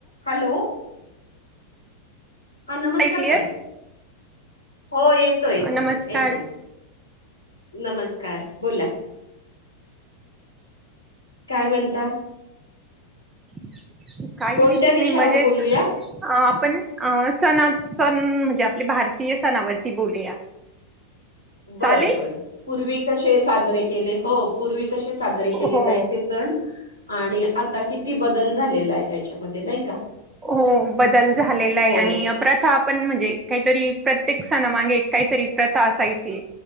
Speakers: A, on the left (about 85°); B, on the right (about 20°).
A: Hello. हा नमस्कार
B: काय क्लिअर
A: ताई. हो, येतो येतो
B: नमस्कार
A: येतो नमस्कार. बोला काय म्हणता?
B: <inaudible> काही
A: कोणत्या
B: विशेष
A: विषयावर
B: नाही मजेत.
A: बोलूया
B: आ आपण अ सणा सण म्हणजे आपले भारतीय सणावरती बोलूया.
A: बरं
B: चालेल
A: बर. पूर्वी कसे साजरे. हो पूर्वी कसे साजरे केले
B: हो
A: जायचे सण. आणि आता किती बदल झालेला आहे. त्याच्यामध्ये नाही का?
B: हो बदल झालेला
A: हो
B: आहे. आणि प्रथा आपण म्हणजे काहीतरी प्र प्रत्येक सना मागे काहीतरी एक प्रथा असायची.